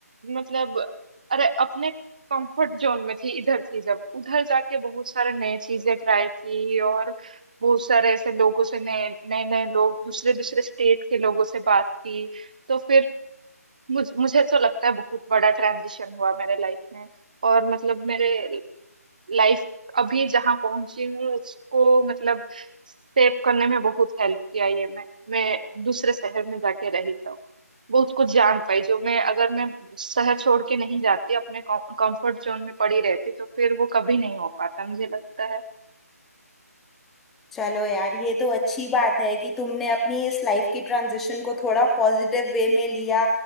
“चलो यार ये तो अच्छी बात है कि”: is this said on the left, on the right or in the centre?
Centre